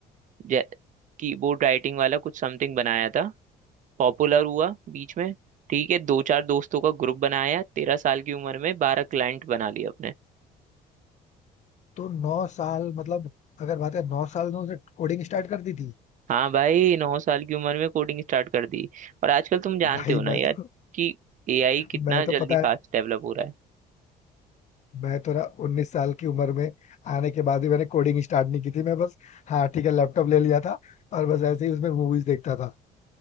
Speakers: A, on the right (about 50°); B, on the left (about 45°).
A: जै कीबोर्ड राइटिंग वाला कुछ समथिंग बनाया था पॉपुलर हुआ बीच में ठीक है दो चार दोस्तों का ग्रुप बनाया तेरह साल की उम्र में बारह क्लाइंट बना लिए अपने
B: तो नौ साल मतलब अगर बात करें नौ साल में उसने कोडिंग स्टार्ट कर दी थी
A: हाँ भाई नौ साल की उम्र में कोडिंग स्टार्ट कर दी और आजकल तुम जानते
B: भाई
A: हो ना
B: मैं
A: यार
B: तो
A: कि एआई कितना
B: मैं तो
A: जल्दी
B: पता है
A: फास्ट डेवलप हो रहा है
B: मैं तो ना उन्नीस साल की उम्र में आने के बाद भी मैंने कोडिंग स्टार्ट नहीं की थी मैं बस हाँ ठीक है लैपटॉप ले लिया था और बस ऐसे ही उसमें मूवीज देखता था